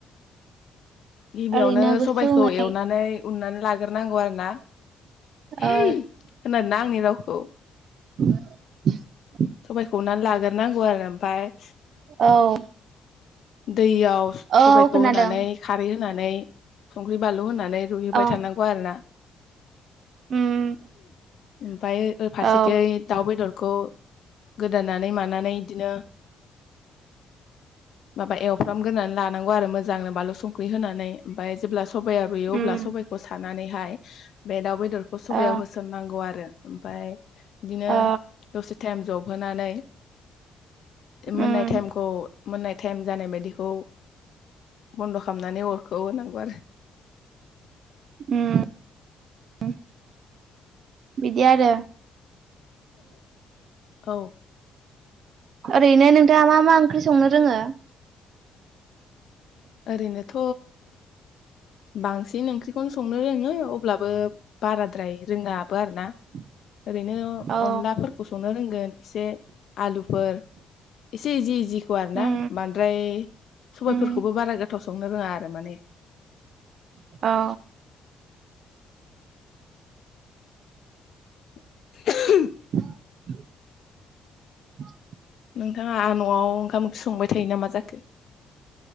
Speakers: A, on the left; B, on the right.
A: गिबियावनो
B: ओरैनो गुसुङै
A: सबाइखौ एवनानै उननानै लाग्रोनांगौ आरो ना आरोना
B: औ
A: खोनादोंना आंनि रावखौ
B: <inaudible>
A: सबाइखौनानै उनना लागोरनांगौ आरो ओमफाय
B: औ।
A: दैयाव
B: औ
A: सबायखौ
B: खोनादों
A: होनानै खारै होनानै संख्रि बानलु होननानै रुहैबाय
B: औ
A: थानांगौ आरोना।
B: उम
A: ओमफाय फारसेखै
B: औ
A: दाउ बेदरखौ गोदानानै मानानै इदिनो माबा एवफ्रामगोनानै लानांगौ आरो मोजांनो बानलु संख्रि होनानै, ओमफाय जेब्ला सबाया रुयो अब्ला
B: उम
A: सबाइखौ सानानैहाय बे दाउ बेदरखौ सबायाव
B: औ
A: होसननांगौ आरो। ओमफाय दिनो
B: औ
A: दसे टाइम जब होनानै मोननाय
B: उम
A: टेइमखौ मोननाय टाइम जानाय बायदिखौ बन्द' खालामनानै अरखौ हनांगौ आरो।
B: उम उ। बिदि आरो।
A: औ।
B: ओरैनो नोंथाङा मा मा ओंख्रि संनो रोङो?
A: ओरैनोथ' बांसिन ओंख्रिखौनो संनो रोङो अब्लाबो बाराद्राय रोङाबो आरो ना।
B: <inaudible>
A: ओरैनो
B: औ
A: अनलाफोरखौ संनो रोंगोन एसे आलुफोर <unintelligible> जि जिखौ आरो ना
B: उम
A: बांद्राय सबायफोरख
B: उम
A: बारा गोथाव संनो रोङा आरो माने।
B: औ
A: <unintelligible>
B: <inaudible>
A: नोंथाङा न'वाव ओंखाम ओंख्रि संबाय थायो नामा जाखो?